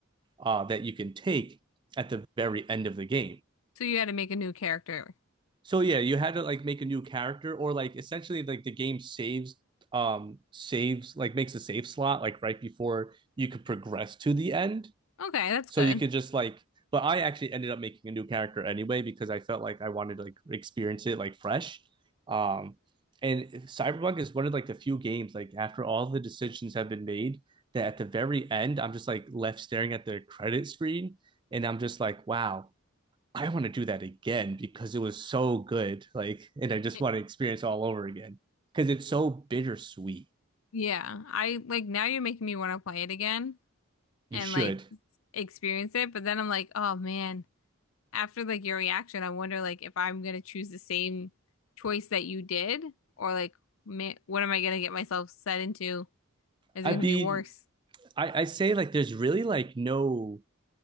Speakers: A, on the right; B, on the left.
A: uh, that you can take at the very end of the game.
B: So you had to make a new character.
A: So yeah, you had to like make a new character or like essentially like the game saves um saves like makes a save slot like right before you could progress to the end.
B: Okay, that's
A: So
B: good.
A: you could just like but I actually ended up making a new character anyway because I felt like I wanted to like experience it like fresh. Um and Cyberpunk is one of like the few games like after all the decisions have been made that at the very end I'm just like left staring at the credit screen and I'm just like wow I want to do that again because it was so good. Like, and I just
B: It-
A: want to experience all over again because it's so bittersweet.
B: Yeah, I like now you're making me want to play it again
A: You
B: and
A: should.
B: like experience it, but then I'm like, oh man, after like your reaction, I wonder like if I'm gonna choose the same choice that you did, or like ma what am I gonna get myself set into? Is
A: I'd
B: it gonna
A: be,
B: be worse?
A: I, I say like there's really like no